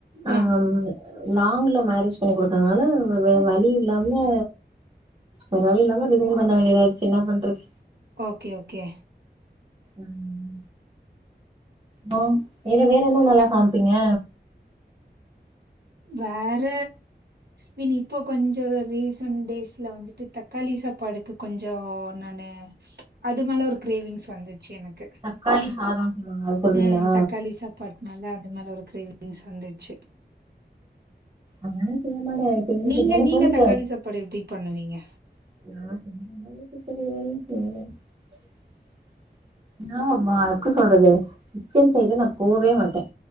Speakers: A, on the right; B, on the right.
A: ஆஹம்
B: ஆ
A: லாங்ல மேரேஜ் பண்ணி குடுத்ததுனால வே வழி இல்லாம வேற வழி இல்லாம ரிசைன் பண்ண வேண்டியதா ஆயிடுச்சு ன்னா பண்றது
B: ஓகே ஓகே
A: ம்ம் ஹோ வேற வேற என்ன நல்லா சமைப்பீங்க
B: வேற மீன் இப்போ கொஞ்ச ரீசன்ட் டேஸ்ல வந்துட்டு தக்காளி சாப்பாடுக்கு கொஞ்சம் நான் னு அது மேல ஒரு கிரேவிங்ஸ் வந்து ச்சி எனக்கு
A: தக்காளி சாதோன்னு சொல்லுவாங்க அது சொல்றீங்களா
B: உம் தக்காளி சாப்பாடு மேல அது மேல ஒரு கிரேவிங்ஸ் வந்துச்சு
A: ஆனாலு செய்யமாட்ட எனக் தெஞ்சி
B: நீங்க
A: எனக்
B: நீங்க
A: வந்து
B: தக்காளி
A: சே
B: சாப்பாடு எப்டி பண்ணுவீங்க
A: <unintelligible> நா வா எப்டி சொல்றது கிச்சன் சைடு நா போவே மாட்டே